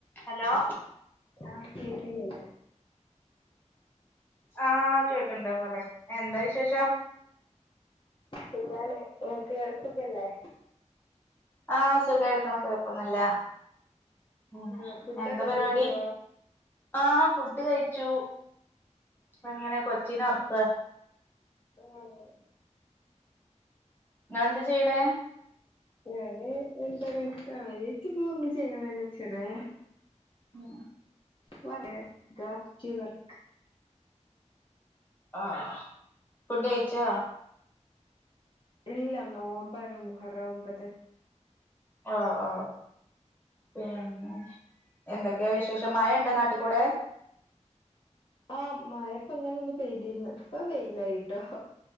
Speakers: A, on the left; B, on the left.
A: Hello
B: ആഹ ശക്കല്ല
A: ആഹ് കേക്കണൊണ്ട് പറയ് എന്താ വിശേഷം
B: സഖാണ് നിങ് ക്ക് സുഖല്ലേ
A: ആഹ് സുഖായിരിക്കണ് കുഴപ്പൊന്നൂല്ല പോണോ
B: ആഹ് ഫുഡൊക്കെ
A: എന്താ പരിപാടി
B: കഴിച്ചോ
A: ആഹ് ഫുഡ് കഴിച്ചു ഇപ്പം അങ്ങനെ കൊച്ചിന ഒർക്കാ
B: ആഹ്
A: നിങ്ങളെന്താ ചെയ്യണെ?
B: ഞാന് എന്താണ് കാര്യാട്ട് ഇപ്പ ഒന്നും ചെയ്യണില്ല ചെറ്
A: ഉം
B: വറെ ഗാഫ് കി വർക്ക്
A: ആഹ് ഫുഡ് കഴിച്ചോ
B: ഇല്ല നോമ്പാണ് മുഹറം ഒമ്പത്
A: ഓഹ് ഓഹ് പിന്നെ എന്തൊക്കെയാ വിശേഷം മഴ ഉണ്ടാ നാട്ടിൽ കൂടെ
B: ആഹ് മഴേപ്പ ഇങ്ങന ഒന്ന് പെയ്തിരുന്ന് ഇപ്പൊ വെയിലായിട്ടോ